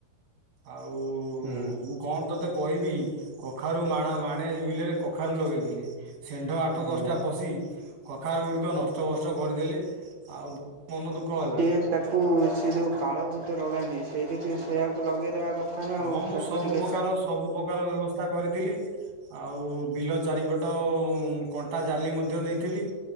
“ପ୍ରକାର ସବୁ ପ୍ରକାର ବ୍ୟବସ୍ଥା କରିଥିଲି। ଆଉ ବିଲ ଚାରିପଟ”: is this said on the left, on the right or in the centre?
Right